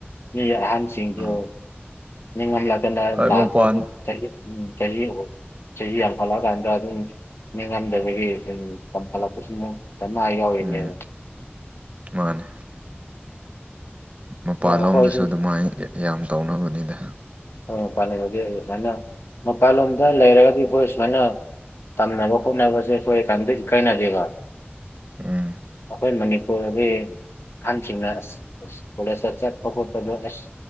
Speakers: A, on the left; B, on the right.
A: ꯃꯤ ꯑꯍꯟ <unintelligible>
B: ꯑꯥ
A: ꯅꯤꯡꯉꯝꯂꯗꯅ
B: ꯍꯣꯏ
A: ꯂꯥꯛꯄꯒꯤ
B: ꯃꯄꯥꯟ
A: ꯆꯍꯤ ꯆꯍꯤ ꯍꯨꯝ ꯆꯍꯤ ꯌꯥꯝꯈꯠꯂꯛꯑꯀꯥꯟꯗ ꯑꯗꯨꯝ ꯂꯦꯡꯍꯟꯗꯕꯤꯒꯤ ꯑꯗꯨꯝ ꯄꯥꯟꯈꯠꯂꯛꯄꯁꯤ ꯃꯨꯛ ꯗꯃꯥ ꯌꯥꯎꯔꯤꯅꯦꯕ
B: ꯎꯝ ꯃꯥꯅꯦ ꯃꯄꯥꯟꯂꯣꯝꯗꯁꯨ
A: ꯑꯗꯣ ꯑꯩꯈꯣꯏꯁꯨ
B: ꯑꯗꯨꯃꯥꯏꯅ ꯌꯥꯝ ꯇꯧꯅꯕꯅꯤꯗ
A: ꯎꯝ ꯍꯣꯏ ꯃꯄꯥꯟ ꯂꯩꯒ ꯁꯨꯃꯥꯏꯅ ꯃꯄꯥꯟꯂꯣꯝꯗ ꯂꯩꯔꯒꯗꯤ ꯑꯩꯈꯣꯏ ꯁꯨꯃꯥꯏꯅ ꯇꯝꯅꯕ ꯈꯣꯠꯅꯕꯁꯦ ꯑꯩꯈꯣꯏ ꯀꯩꯝꯇ ꯏꯀꯥꯏꯅꯗꯦꯕ
B: ꯎꯝ
A: ꯑꯩꯈꯣꯏ ꯃꯅꯤꯄꯨꯔꯒꯤ ꯑꯍꯟꯁꯤꯡꯅ ꯐꯂ ꯁꯁ ꯀ